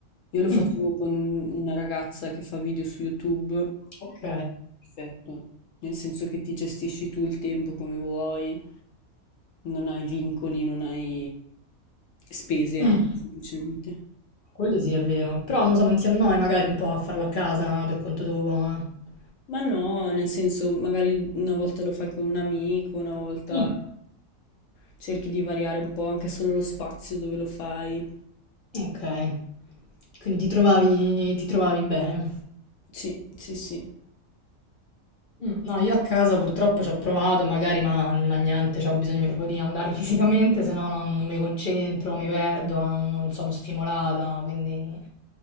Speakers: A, on the left; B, on the left.
A: Io lo facevo
B: Mm,
A: con una ragazza che fa video su YouTube.
B: ok.
A: Perfetto. Nel senso che ti gestisci tu il tempo come vuoi, non hai vincoli, non hai spese anche
B: Mm,
A: semplicemente.
B: quello sì è vero, però non so, non ti annoi magari un po' a farlo a casa per conto tuo? eh?
A: Ma no, nel senso, magari una volta lo fai con un amico, una volta
B: Mm,
A: cerchi di variare un po' anche solo lo spazio dove lo fai.
B: ok, quindi ti trovavi, ti trovavi bene.
A: Sì, sì, sì.
B: Mm, No, io a casa purtroppo ci ho provato, magari, ma, ma niente, ho bisogno proprio di andare <laughs> fisicamente, se no non, non mi concentro, mi perdo, non, non sono stimolata, quindi,